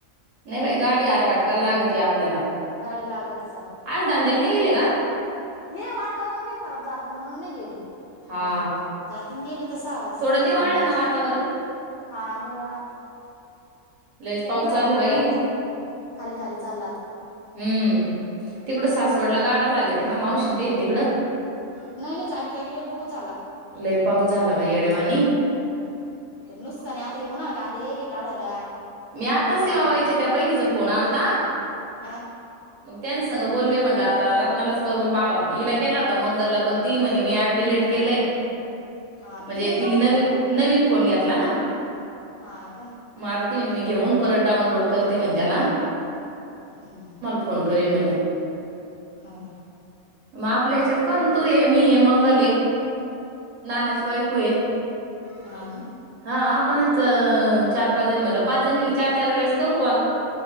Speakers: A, on the right; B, on the left.
A: नाही! बाई गाडी आरघाटकाला लागती आपल्याला,
B: गाडी लागतीच
A: आज धंद्याला नाही गेले का?
B: हे वातावरण लई खराब झालतं म्हणून नाही गेले.
A: हा
B: अजून जातीन गेले तसा आवाज
A: थोडं
B: त्या
A: निवाळलं
B: नंतर
A: ना
B: जात.
A: वातावरण
B: हा निव्वळलं आता
A: लयच
B: तर
A: पाऊस
B: कमी झालं
A: चालू आहे
B: खाली
A: बाई
B: खाली जा खाली खाली चाललं आता.
A: हम्म तिकडं सासवडला गारा झाले ते मग मावशीन तेन तिकडं.
B: नाही, नाही जागी, जागी लय पऊस झाला.
A: लय पाऊस झाला बाई येड्यावानी
B: नुकसान आहे आता उन्हाळी कांदे येईलये काढायला
A: मी आता
B: गहू
A: सिमाबाईच्या
B: आले
A: त्या बहिणीचा फोन आलता.
B: काय?
A: ह मग त्यांनी सग बोललेय म्हणलं आता रत्नालाच करून पाहवा हिला केला होता मंगलला पण ती म्हणी मी ॲप डिलीट केलंय.
B: हा
A: म्हणजे
B: डिलेट
A: तिने
B: का बर केला
A: नवीन,
B: मग
A: नवीन फोन घेतला ना.
B: हा का?
A: मग ती म्हणे मी घेऊन परत डाऊनलोड करते मी त्याला
B: हम्म
A: फोन करीन म्हणे
B: हा
A: मग आपल्या ह्याच्यात कोण तू ये मी ये मंगल ये नानाची बायको आहे.
B: हा ना
A: हा आपणच चार, पाच जणी म्हनलं पाच जणी चार, चार वेळेस करू कॉल